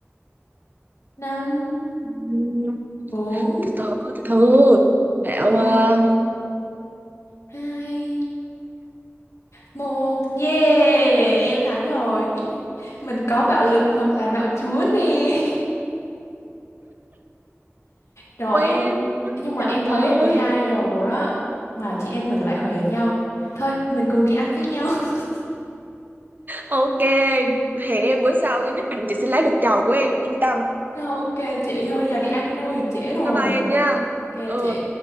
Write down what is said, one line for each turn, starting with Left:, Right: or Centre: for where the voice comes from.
Left: năm
Right: Ừm,
Left: bốn
Right: từ từ từ từ bạo
Left: ba
Right: à,
Left: hai một Yeah, em thắng rồi. <laughs> Mình có bạo lực hoặc là bạo chúa nè. Rồi
Right: quên
Left: em nhưng mà
Right: trời
Left: em thấy
Right: ơi
Left: em mười hai giờ rồi á mà chị em mình lại huề nhau. Thôi mình cùng đi ăn với nhau. <laughs>
Right: ok hẹn em bữa sau nha nhất định chị sẽ lấy được chầu của em yên tâm
Left: Ok chị thôi giờ đi ăn thôi, trễ rồi.
Right: bye bye em nha
Left: Ok
Right: ừ
Left: chị.